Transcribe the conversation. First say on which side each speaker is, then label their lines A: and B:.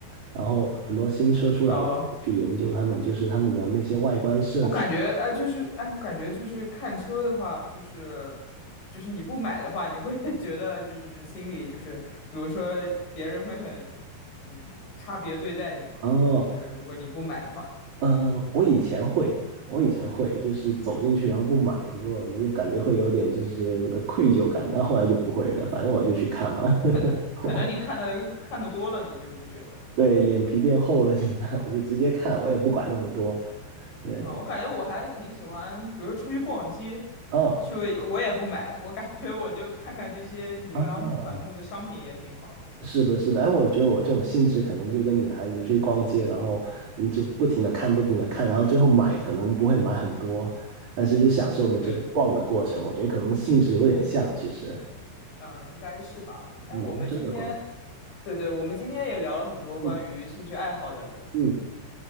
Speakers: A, on the right (about 45°); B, on the left (about 75°).
A: 然后很多新车出来，
B: 哦
A: 我去研究他们，就是他们的那些外观设计。
B: 我感觉，哎，就是，哎，我感觉就是看车的话，就是，就是你不买的话，你会 <laughs> 觉得就是心里就是，比如说别人会很，嗯，差别对待你嘛。
A: 哦，
B: 就是如果你不买的话，
A: 呃，我以前会，我以前会，就是走进去然后不买，你就你就感觉会有点就是呃愧疚感，但后来就不会了，反正我就去看嘛。<laughs>
B: 可能可能你看的看的多了，
A: 我
B: 你就不觉得
A: 对，脸皮变厚了，现在我就直接看，我也不管那么多。对，
B: 啊。我感觉我还挺喜欢，比如出去逛街，
A: 嗯
B: 就我也不买，我感觉我就看看这些琳琅满目的商品也挺好的。
A: 啊，是的，是的，哎，我觉得我这种性质可能就跟女孩子去逛街，然后你就不停的看，不停的看，然后最后买可能不会买很多，但是就享受的这个逛的过程，
B: 对。
A: 我觉得可能性质有点像，其实
B: 嗯，应该是吧。哎，
A: 男生的逛。
B: 我们今天，对对，我们今天也聊了很多关于兴趣爱好的。
A: 嗯嗯，